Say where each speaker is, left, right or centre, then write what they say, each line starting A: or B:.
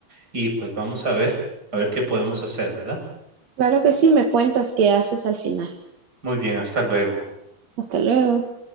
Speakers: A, on the right (about 25°); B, on the right (about 50°).
A: y pues vamos a ver, a ver qué podemos hacer, ¿verdad?
B: Claro que sí, me cuentas qué haces al final.
A: Muy bien, hasta luego.
B: Hasta luego.